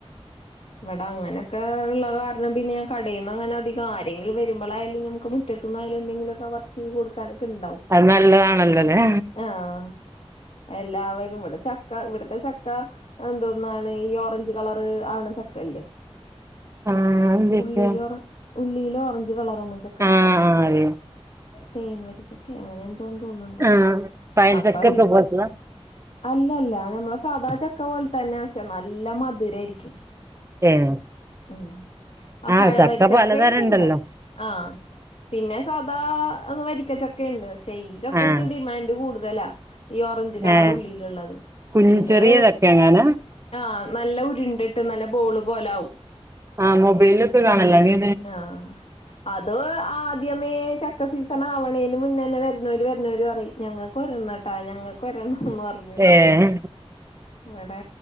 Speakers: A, on the left; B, on the right.
A: ഇവടങ്ങനെക്കെ ഇള്ള കാര്ണം പിന്നെ ഞാൻ കടീന്നങ്ങനധികം ആരെങ്കിലും വരുമ്പളായാലും ഞമക്ക്‌ മു റ്റത്തുന്നായാലും എന്തങ്കിലൊക്കെ പറിച്ച് കൊടുക്കാനൊക്കെണ്ടാവും
B: അത് നല്ലതാണല്ലൊലെ
A: ആഹ് എല്ലാവരും ഇവടെ ചക്ക ഇവ്ട്ത്തെ ചക്ക എന്തോന്നാണേ ഈ ഓറഞ്ച് കളറ് ആവ്ണ ചക്കല്ലേ
B: ആഹ് അതെന്തൊക്കെയാ
A: ഉള്ളീലോറ ഉള്ളീലോറ ഞ്ച് കളറാണ് ചക്കടേ
B: ആഹ് ആഹ് അറിയാം
A: തേൻ വരിച്ചക്കെ അങ്ങനെ ന്തോ തോന്ന്ണ്ട്
B: ആഹ് പഴഞ്ചക്കക്കെ
A: അപ്പയ്
B: പോലത്തതാ
A: അല്ലല്ല ഞമ്മളെ സാധ ചക്ക പോൽത്തന്നെ പക്ഷേ നല്ല മധുരായിര്ക്കും
B: ഏഹ്
A: ഉം ആ
B: ആഹ്
A: പഴവരിച്ചക്കയ്ണ്ടിവിടെ
B: ചക്ക പലതരം ഉണ്ടല്ലോ
A: ആഹ് പിന്നെ സാധാ ഒന്ന് വരിക്കച്ചക്കണ്ട് പക്ഷെ ഈ ചക്കക്ക്
B: ആഹ്
A: ഡിമാന്റ് കൂട്തലാ. ഈ ഓറഞ്ച് കളറ്
B: ഏഹ്
A: ഉള്ളിലിള്ളത്
B: കുഞ്ഞ്
A: ഇത്
B: ചെറിയ ചക്ക എങ്ങാനാ
A: ആഹ് നല്ല ഉരുണ്ടിട്ട് നല്ല ബോള് പോലാവും.
B: ആഹ് മൊബൈലൊക്കെ കാണല്ലാന്.
A: ആഹ്. അത് ആദ്യമേ ചക്ക സീസണാവണേന് മുന്നന്നെ വര്ണോര് വര്ണോര് പറീം ഞങ്ങക്കൊരെണ്ണട്ടാ ഞങ്ങക്ക് ഒരെണംന്ന് പർ
B: ഏഹ്.
A: ഇവടെ